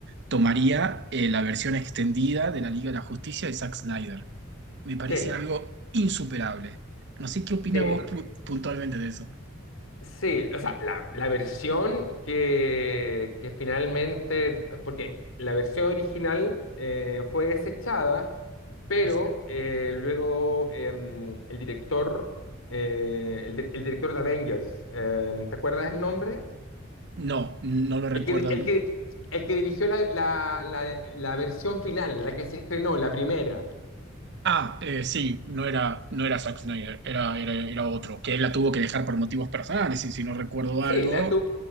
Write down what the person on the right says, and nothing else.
tomaría eh, la versión extendida de la Liga de la Justicia de Zack Snyder. Me parece
algo insuperable. No sé qué opina
vos pu- puntualmente de eso.
Este,
No, no lo recuerdo.
Ah, eh, sí, no era, no era Zack Snyder, era, era, era otro, que él la tuvo que dejar por motivos personales, y si no recuerdo
algo,